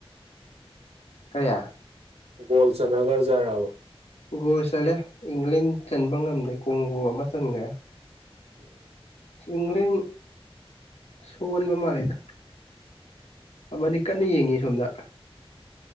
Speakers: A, on the left; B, on the right.
A: ꯀꯔꯤꯌꯥ
B: ꯒꯣꯜ ꯆꯅꯥꯒꯔꯖꯥꯕ
A: ꯒꯣꯔ ꯆꯠꯂꯦ ꯏꯪꯂꯦꯟ ꯆꯟꯕ ꯉꯝꯗꯦ ꯀꯣꯡꯒꯨ ꯑꯃ ꯆꯟꯈ꯭ꯔꯦ
B: ꯎꯝ
A: ꯏꯪꯔꯦꯟ ꯁꯣꯟ ꯃꯃꯥꯂꯗ ꯑꯃꯗꯤ ꯀꯟꯅ ꯌꯦꯡꯉꯤ ꯁꯣꯝꯗ